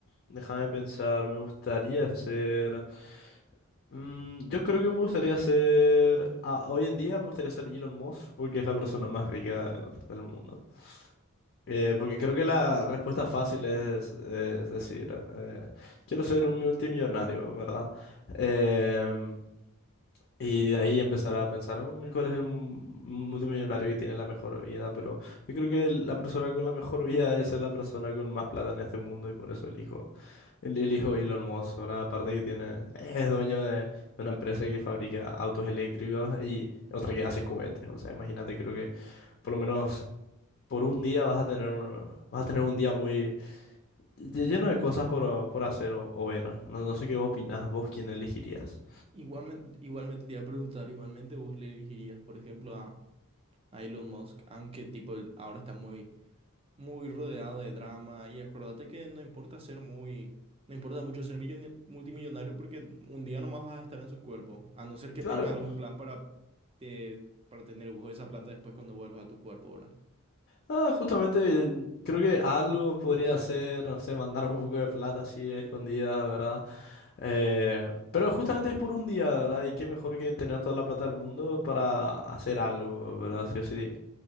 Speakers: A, on the left; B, on the right.
A: déjame pensar, me gustaría ser... mm, yo creo que me gustaría ser... ah, hoy en día me gustaría ser Elon Musk porque es la persona más rica del, del mundo. Eh, porque creo que la respuesta fácil es, es decir, eh, quiero ser un multimillonario, ¿verdad? Em, y de ahí empezar a pensar "Mm, cuál es el mu- multimillonario que tiene la mejor vida, pero yo creo que la persona con la mejor vida es la persona con más plata en este mundo y por eso elijo, el- elijo Elon Musk, ¿verdad? Aparte que tiene, es dueño de, de una empresa que fabrica autos eléctricos y otra que hace cohetes, o sea, imagínate, creo que por lo menos por un día vas a tener un, vas a tener un día muy lle- lleno de cosas por, por hacer o, o ver. No, no sé qué opinás vos, quién elegirías.
B: Igualmente, igualmente te iba a preguntar, igualmente vos le dirigirías por ejemplo, a, a Elon Musk, aunque tipo él ahora está muy, muy rodeado de drama y acordate que no importa ser muy, no importa mucho ser milloni- multimillonario porque un día nomás vas a estar en su cuerpo, a no ser que
A: Claro,
B: tengas algún plan para, te- para tener vos esa plata después cuando vuelvas a tu cuerpo, ¿verdad?
A: ah, justamente creo que algo podría ser, no sé, mandar un poco de plata así escondida, ¿verdad? Eh, pero justamente es por un día, ¿verdad? Y qué mejor que tener toda la plata del mundo para hacer algo, ¿verdad? Sí o sí.